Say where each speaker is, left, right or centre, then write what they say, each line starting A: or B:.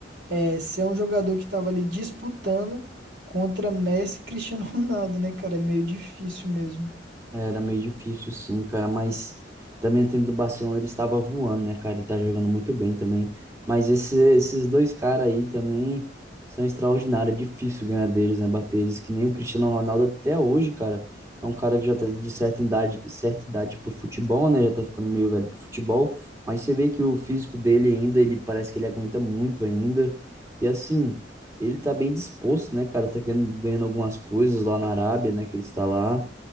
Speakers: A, on the right (about 70°); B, on the right (about 15°).
A: É, ser um jogador que tava ali disputando contra Messi e Cristiano <laughs> Ronaldo, né, cara? É meio difícil mesmo.
B: Era meio difícil, sim, cara, mas também o time do Barcelona ele estava voando, né, cara? Ele tá jogando muito bem também. Mas esse- esses dois caras aí também são extraordinários. É difícil ganhar deles, né? Bater eles, que nem o Cristiano Ronaldo até hoje, cara. É um cara que já tá de certa idade, certa idade pro futebol, né? Já tá ficando meio velho pro futebol. Mas você vê que o físico dele ainda, ele parece que ele aguenta muito ainda. E assim, ele tá bem disposto, né, cara? Tá ganhando, ganhando algumas coisas lá na Arábia, né? Que ele está lá.